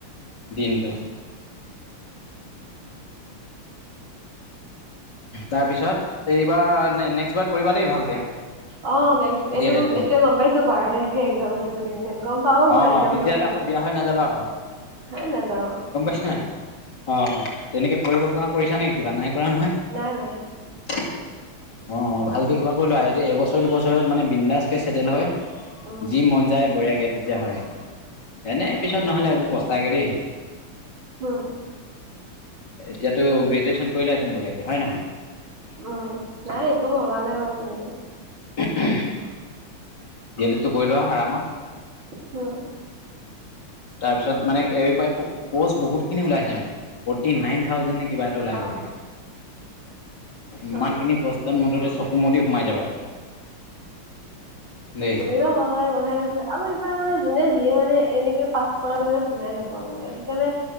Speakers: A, on the left; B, on the right.
A: দিনটো। তাৰপিছত এইবাৰৰ নেক্সট বাৰ কৰিবা দেই ভালকে।
B: অ' নেক্স
A: ডি
B: এইটো
A: এল এডটো
B: এতিয়া গ'ম পাইছোঁ। বাৰ তাৰিখে এক্সাম আছে। আছে বুলি কেনে গ'ম পাওঁ মই
A: অ'
B: এক্সাম
A: তেতিয়াহ'লে
B: হোৱা আগত
A: আকৌ বিয়া হৈ নাযাবা আকৌ
B: হেই নযাওঁ।
A: গম পাইছা নাই অ' তেনেকে পৰিকল্পনা কৰিছা নেকি কিবা নাই কৰা নহয়। অ'
B: নাই নাই
A: ভালকে কিবা কৰি লোৱা এই এবছৰ দুবছৰত মানে বিন্দাস কে চেটেল হয়।
B: উম
A: যি মন যায় বঢ়িয়াকে তেতিয়া হয়। এনে পিছত নহ'লে এইবোৰ প্ৰচ যাগেদেই
B: হ'ম
A: এতিয়াতো গ্ৰেজুৱেচন কৰিলা চোন বঢ়িয়াকে হয়ে নহয়।
B: উম, নাই একো ভবা নাই বাৰ তেনেকে।
A: <unintelligible> ডি এ লেডটো কৰি লোৱা আৰামত।
B: অ'
A: তাৰপিছত মানে বহুতখিনি ওলাইছে মানে ফৰটি নাইন থাউজেন্ড নেকি। কিবা এটা ওলাই
B: অ
A: গ'ল।
B: হয়
A: ইমানখিনি
B: নেকি
A: প্'ষ্টত মুঠতে চকু মুদি সোমাই যাবা। দেই
B: তেনেকুৱা হোৱা হয় কথাই নাছিলে আমাৰ এইফালে মানে যোনে দিয়ে মানে এনেকে পাছ কৰা দি মানে শুনাই নাপাওঁ মানে সেইকাৰণে